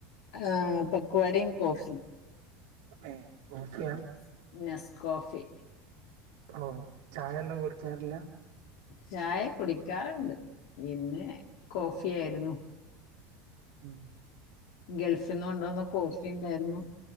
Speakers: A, on the left; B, on the right.
A: ആഹ് പക്വടയും കോഫിം
B: ഏ കോഫിയാ
A: നെസ് നെസ് കോഫി
B: ഓ ചായൊന്നും കുടിക്കാറില്ല.
A: ചായ കുടിക്കാറാണ്ട് ഇന്ന് കോഫി ആരുന്നു.
B: ഉം
A: ഗൾഫിന്ന് കൊണ്ട് വന്ന കോഫി ഉണ്ടാരുന്നു.